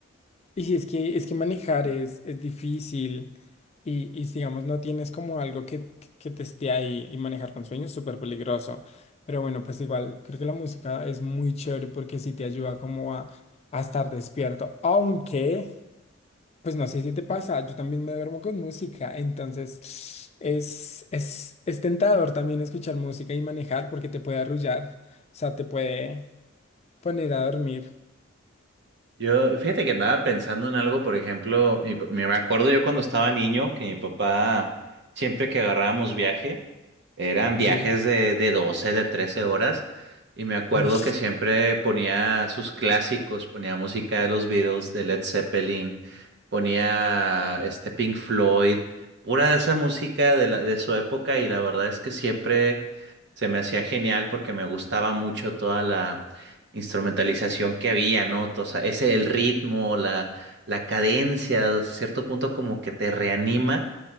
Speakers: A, on the left; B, on the right.
A: Y si es que es que manejar es, es difícil y, y si, digamos no tienes como algo que, que, que te esté ahí y manejar con sueños es súper peligroso. Pero bueno, pues igual creo que la música es muy chévere porque sí te ayuda como a, a estar despierto. Aunque, pues no sé si te pasa, yo también me duermo con música, entonces es, es, es tentador también escuchar música y manejar porque te puede arrullar, o sea, te puede poner a dormir.
B: yo, fíjate que andaba pensando en algo, por ejemplo, mi pa- me acuerdo yo cuando estaba niño que mi papá, siempre que agarrábamos viaje, Eran
A: Sí.
B: viajes de, de 12 de 13 horas. Y me acuerdo
A: Uy,
B: que siempre ponía sus clásicos, ponía música de los Beatles, de Led Zeppelin, ponía este Pink Floyd, pura de esa música de la, de su época. Y la verdad es que siempre se me hacía genial porque me gustaba mucho toda la instrumentalización que había, ¿no? To- O sea, ese el ritmo, la, la cadencia, a cierto punto como que te reanima